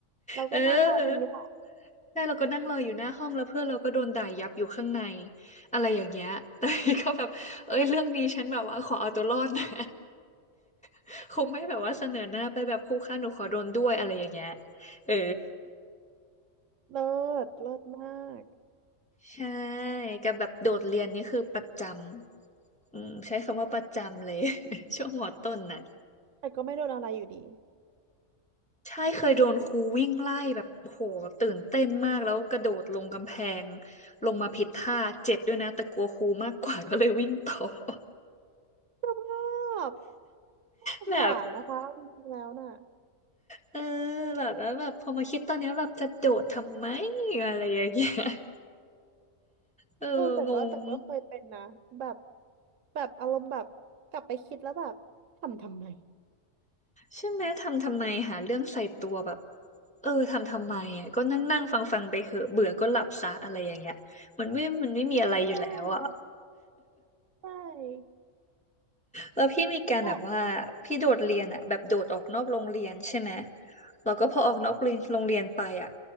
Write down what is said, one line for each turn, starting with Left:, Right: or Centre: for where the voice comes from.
Right: เราก็นั่งรอตรงนี้แหละ
Centre: เออใช่เราก็นั่งรออยู่หน้าห้องแล้วเพื่อนเราก็โดนด่ายับอยู่ข้างในอะไรอย่างเงี้ยแต่พี่ก็แบบเอ้ยเรื่องนี้ฉันแบบว่าขอเอาตัวรอดนะ <laughs> คงไม่แบบว่าเสนอหน้าไปแบบครูคะหนูขอโดนด้วยอะไรอย่างเงี้ยเออ
Right: เลิศเลิศมาก
Centre: ใช่กับแบบโดดเรียนนี่คือประจำอืมใช้คำว่าประจำเลย <laughs> ช่วงมอต้นน่ะ
Right: แต่ก็ไม่โดนอะไรอยู่ดี
Centre: ใช่เคยโดนครูวิ่งไล่แบบโหแบบตื่นเต้นมากแล้วกระโดดลงกำแพงลงมาผิดท่าเจ็บด้วยนะแต่กลัวครูมากกว่าก็เลยวิ่งต่อ <laughs>
Right: ชอบสงสารนะคะจริงๆแล้วน่ะ
Centre: แบบเออแบบแล้วแบบพอมาคิดตอนเนี้ยแบบจะโดดทำไมอะไรอย่างเงี้ย <laughs> เอองง
Right: เออแต่ก็แต่ก็เคยเป็นนะแบบแบบอารมณ์แบบกลับไปคิดแล้วแบบทำทำไม
Centre: ใช่ไหมทำทำไมหาเรื่องใส่ตัวแบบเออทำทำไมอ่ะก็นั่งนั่งฟังฟังไปเหอะเบื่อก็หลับซะอะไรอย่างเงี้ยมันไม่มันไม่มีอะไรอยู่แล้วอ่ะ
Right: ใช่ใช่
Centre: แล้วพี่มีการแบบว่าพี่โดดเรียนอะแบบโดดออกนอกโรงเรียนใช่ไหม
Right: แบบ
Centre: แล้วก็พอออกนอกเรียนโรงเรียนไปอะ